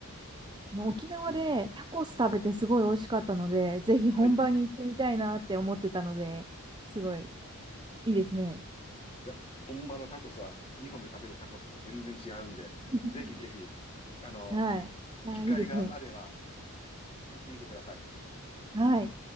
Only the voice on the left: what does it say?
うん。
はい。
いや、本場のタコスは、日本で食べるタコスと全然違うんで、
ぜひぜひ、あの、
機会があれば
行ってみてください。